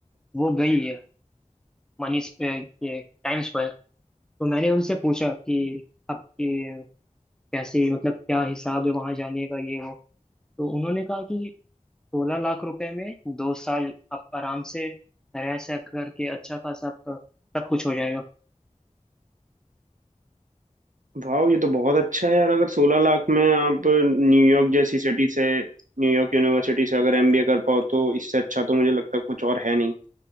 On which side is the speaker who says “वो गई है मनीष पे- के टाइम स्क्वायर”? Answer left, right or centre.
Centre